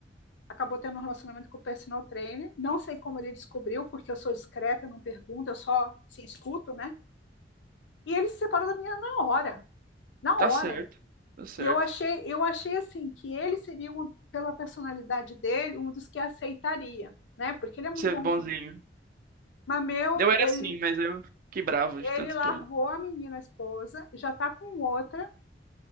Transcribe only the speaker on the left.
acabou tendo um relacionamento com o personal trainer. Não sei como ele descobriu, porque eu sou discreta, eu não pergunto, eu só assim, escuto, né? E ele se separou da menina na hora, na
hora.
E eu achei, eu achei assim que ele seria um, pela personalidade dele, um dos que aceitaria, né? Porque ele é muito
bonzinho.
Mas meu,
ele
ele
largou
a menina, a esposa, já tá com outra,